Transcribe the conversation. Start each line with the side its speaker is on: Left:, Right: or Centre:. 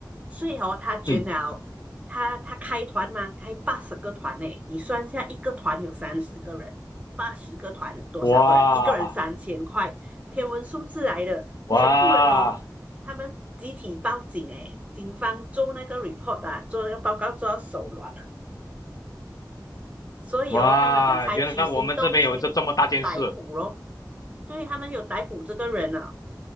Right: 所以哦，他捐了，
Left: 嗯，
Right: 他他开团嘛，开八十个团呢。你算一下，一个团有三十个人，八十个团有多少个人？
Left: 哇
Right: 一个人三千块，天文数字来的，
Left: 哇
Right: 全部人哦，他们集体报警诶，警方做那个 report 啊，做那个报告做到手软了，所以哦，
Left: 哇，
Right: 他们就采取行动去
Left: 原来我们这边有这这么大件事。
Right: 逮捕咯。对，他们有逮捕这个人了，